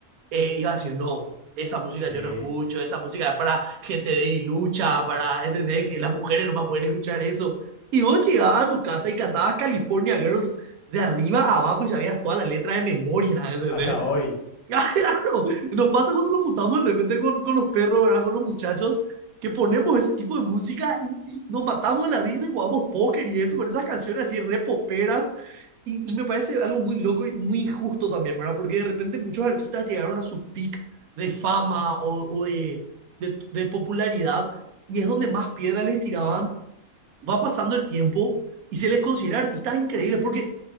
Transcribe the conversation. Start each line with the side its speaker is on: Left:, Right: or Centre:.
Right: Eh, iba a decir, no, esa música
Left: Sí,
Right: yo no escucho, esa música es para gente de lucha, para, ¿entendés? Que las mujeres no más pueden escuchar eso. Y vos llegabas a tu casa y cantabas California Girls de arriba a abajo y sabías toda la letra de memoria, ¿entendés?
Left: hasta hoy,
Right: <laughs> Ah, Claro, nos pasa cuando nos juntamos de repente con, con los perros, ¿verdad? Con los muchachos, que ponemos ese tipo de música y, y nos matamos de la risa y jugamos póker y eso, con esas canciones así re poperas. Y, y me parece algo muy loco y muy injusto también, ¿verdad? Porque de repente muchos artistas llegaron a su peak de fama o, o de, de, de popularidad y es donde más piedras les tiraban. Va pasando el tiempo y se les considera artistas increíbles porque